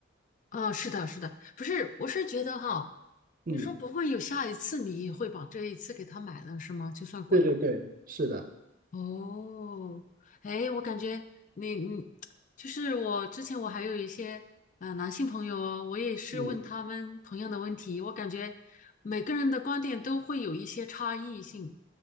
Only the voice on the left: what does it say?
啊，是的，是的，不是，我是觉得哈，你说不会有下一次，
你也会把这一次给他买了是吗？就算贵。
哦，哎，我感觉你你就是我之前我还有一些呃男性朋友哦，我也是问他们同样的问题，
我感觉每个人的观点都会有一些差异性，